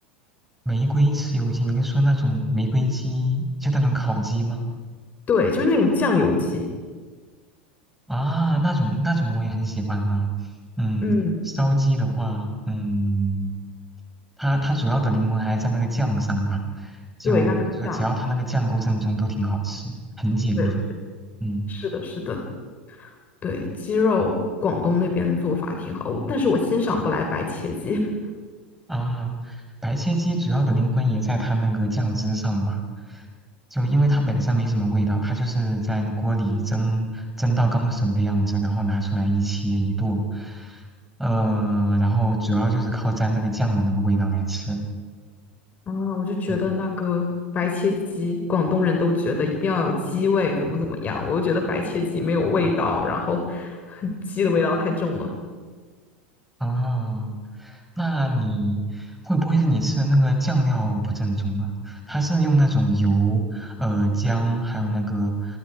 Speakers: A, in the centre; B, on the left.
A: 玫瑰吃有些，您说那种玫瑰鸡，就那种烤鸡吗？
B: 对，就是那种酱油鸡。
A: 啊，那种那种我也很喜欢啊。嗯，
B: 嗯，
A: 烧鸡的话，嗯，它它主要的灵魂还在那个酱上吧，就就只要它那个酱够正宗，
B: 对，那个酱，
A: 都挺好吃，很解腻。
B: 对，我觉得
A: 嗯
B: 是的，是的，对，鸡肉广东那边的做法挺好，
A: 嗯。
B: 但是我欣赏不来白切鸡。<laughs>
A: 啊，白切鸡主要的灵魂也在它那个酱汁上吧，就因为它本身没什么味道，它就是在那锅里蒸蒸到刚熟的样子，然后拿出来一切一剁，呃，然后主要就是靠沾那个酱的那个味道来吃。
B: 啊，我就觉得那个白切鸡，
A: 嗯啊
B: 广东人都觉得一定要有鸡味，怎么怎么样，我就觉得白切鸡没有味道，然后 <laughs> 鸡的味道太重了。
A: 哦，那你会不会是你吃的那个酱料不正宗啊？它是用那种油、呃姜，还有那个